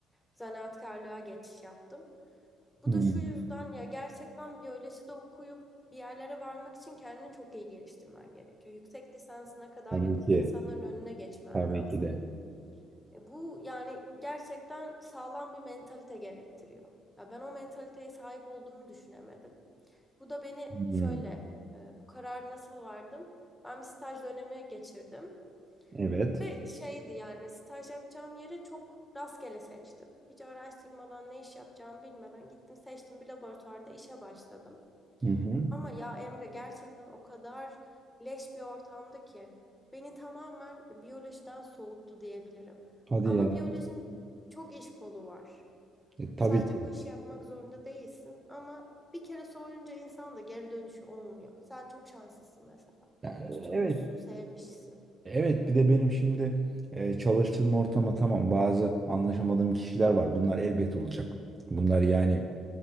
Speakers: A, in the centre; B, on the right.
A: Zanaatkarlığa geçiş yaptım. Bu
B: Hı.
A: da şu yüzden ya gerçekten biyolojide okuyup bir yerlere varmak için kendini çok iyi geliştirmen gerekiyor. Yüksek lisansına kadar
B: Tabii
A: yapıp
B: ki,
A: insanların önüne geçmen
B: tabii
A: lazım.
B: ki de.
A: E, bu yani gerçekten sağlam bir mentalite gerektiriyor. Ya ben o mentaliteye sahip olduğumu düşünemedim. Bu da beni
B: Hı.
A: şöyle e, bu karar nasıl vardım? Ben bir staj dönemi geçirdim
B: Evet.
A: ve şeydi yani staj yapacağım yeri çok rastgele seçtim. Hiç araştırmadan ne iş yapacağımı bilmeden gittim seçtim bir laboratuvarda işe başladım.
B: Hı hı.
A: Ama ya Emre gerçekten o kadar leş bir ortamdı ki beni tamamen biyolojiden soğuttu diyebilirim.
B: Hadi
A: Ama
B: ya.
A: biyolojinin çok iş kolu var.
B: E, tabii
A: Sadece
B: ki.
A: bu işi yapmak zorunda değilsin ama bir kere soğuyunca insan da geri dönüşü olmuyor. Sen çok şanslısın mesela.
B: Ya,
A: Tutunmuşsun,
B: evet.
A: sevmişsin.
B: Evet bir de benim şimdi e, çalıştığım ortama tamam bazı anlaşamadığım kişiler var. Bunlar elbet olacak. Bunlar yani